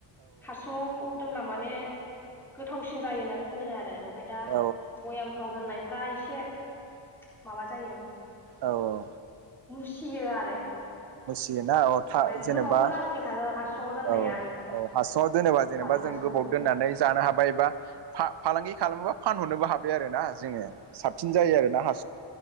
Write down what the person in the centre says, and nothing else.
हासुुंङाव दोमब्ला माने गोथावसिन जायो होननानै बुंदों आरो ओमफ्राय दा
भयामफ्राव दोननायफ्रा एसे एसे माबा जायो
मुसियो आरो।
ओमफ्राय
गोबावबो लास्टिं थाङो हासुङाव दोननाया
ओं
औवानि
हासुङाव
दोननाया